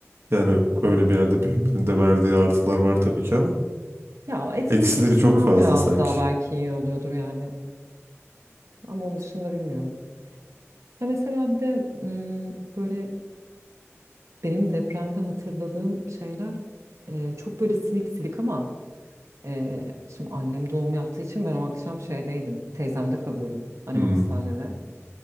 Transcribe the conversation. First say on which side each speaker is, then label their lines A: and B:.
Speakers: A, on the right (about 55°); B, on the right (about 85°).
A: yani
B: Ben
A: öyle bir yerde büyümenin de verdiği artılar var tabii ki ama
B: ya etkinlik
A: eksileri
B: açısından
A: çok fazla
B: biraz
A: sanki.
B: daha belki iyi oluyordur yani ama onun dışında bilmiyorum. Ya mesela bir de mm, böyle benim depremde hatırladığım şeyler e, çok böyle silik silik ama e, şimdi annem doğum yaptığı için ben o akşam şeydeydim teyzemde kalıyordum annem
A: Hmm.
B: hastanede.